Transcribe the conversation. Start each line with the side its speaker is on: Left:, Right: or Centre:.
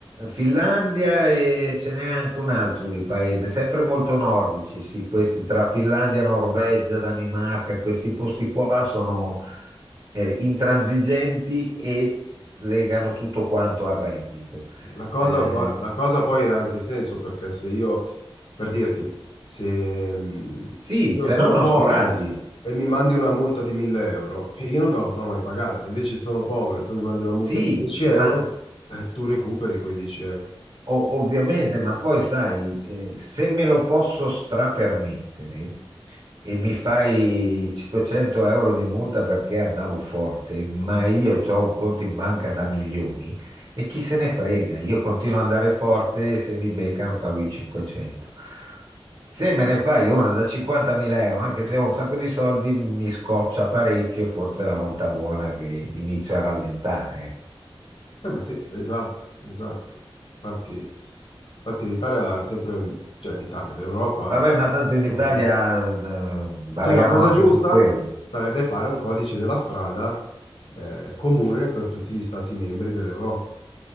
Right: Finlandia e ce n'è anche un altro di paese, sempre molto nordici, sì, questi tra Finlandia, Norvegia, Danimarca, questi posti qua sono eh, intransigenti e legano tutto quanto al reddito.
Left: La cosa,
Right: Eh,
Left: va- la cosa poi ha anche senso perché se io, per dirti, se, mh,
Right: sì,
Left: se io
Right: se
Left: sono
Right: no non
Left: povero
Right: scoraggi,
Left: e mi mandi una multa di 1000 euro, <laughs> e io non te la potrò mai pagare. Se invece sono povero e tu mi mandi una multa
Right: sì,
Left: di 10 euro,
Right: ma
Left: eh, tu recuperi quei 10 euro.
Right: O- ovviamente, ma poi sai, eh, se me lo posso strapermettere e mi fai 500 euro di multa perché andavo forte, ma io ho un conto in banca da milioni e chi se ne frega, io continuo ad andare forte e se mi beccano pago i 500. Se me ne fai una da 50.000 euro, anche se ho un sacco di soldi, mi scoccia parecchio, forse è la volta buona che inizio a rallentare. ecco.
Left: Eh, ma sì, esatto, esatto. Infatti, infatti l'Italia ha sempre, cioè l'Italia, l'Europa
Right: Vabbè, ma tanto in Italia
Left: ha un limite.
Right: eh, variamo
Left: Cioè, la cosa
Right: anche
Left: giusta
Right: su quello.
Left: sarebbe fare un codice della strada eh, comune per tutti gli stati membri dell'Europa.